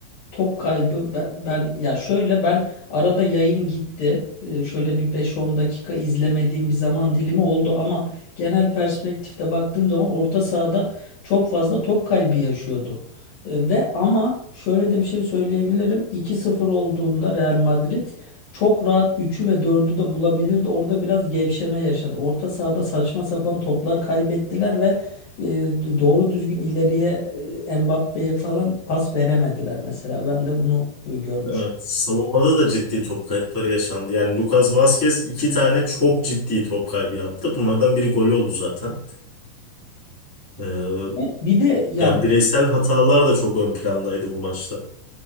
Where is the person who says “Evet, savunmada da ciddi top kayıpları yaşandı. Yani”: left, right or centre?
Centre